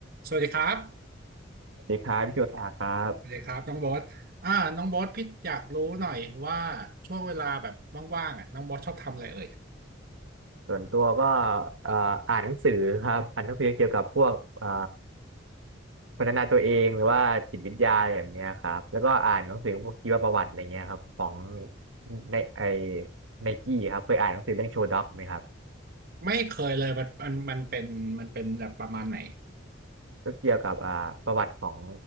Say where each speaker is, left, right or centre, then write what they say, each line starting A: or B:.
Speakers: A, on the right (about 50°); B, on the right (about 80°).
A: สวัสดีครับ
B: สวัสดีครับพี่โยตาครับ
A: สวัสดีครับน้องโบ๊ทอ่าน้องโบ๊ทพี่อยากรู้หน่อยว่าช่วงเวลาแบบว่างๆอ่ะน้องโบ๊ทชอบทำอะไรเอ่ย
B: ส่วนตัวก็เอ่ออ่านหนังสือครับอ่านหนังสือเกี่ยวกับพวกเอ่อพัฒนาตัวเองหรือว่าจิตวิทยาอะไรแบบเนี้ยครับแล้วก็อ่านหนังสือพวกชีวประวัติอะไรเงี้ยครับของในไอไนกี้ครับเคยอ่านหนังสือเรื่องโชว์ด็อกไหมครับ
A: ไม่เคยเลยมันมันมันเป็นมันเป็นแบบประมาณไหน
B: ก็เกี่ยวกับอ่าประวัติของ